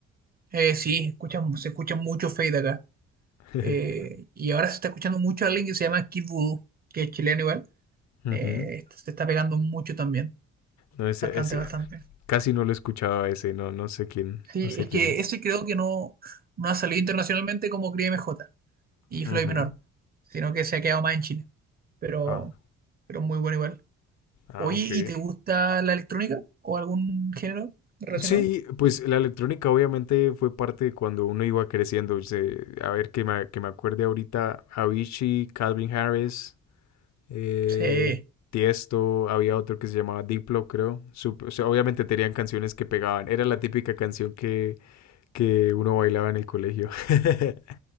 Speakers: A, on the right; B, on the left.
A: Eh, sí, escuchan- se escucha mucho Fade acá.
B: <laughs>
A: Eh, y ahora se está escuchando mucho a alguien que se llama Kid Voodoo, que es chileno igual.
B: Ujú.
A: Eh, esto se está pegando mucho también.
B: No, ese,
A: Bastante,
B: ese,
A: bastante.
B: Casi no lo escuchaba ese, no, no sé quién,
A: Sí,
B: no sé
A: es
B: quién
A: que
B: es.
A: ese creo que no, no ha salido internacionalmente como Cris M J y
B: Ujú.
A: Floyd Menor, sino que se ha quedado más en Chile. Pero,
B: Ah,
A: pero muy bueno igual.
B: ah,
A: Oye,
B: ok.
A: ¿y te gusta la electrónica o algún género relacionado?
B: Sí, pues la electrónica obviamente fue parte de cuando uno iba creciendo. se- a ver, que me, que me acuerde ahorita, Avicii, Calvin Harris, eh,
A: Sí,
B: Tiesto, había otro que se llamaba Diplo, creo. Sup- o sea, obviamente tenían canciones que pegaban. Era la típica canción que, que uno bailaba en el colegio. <laughs>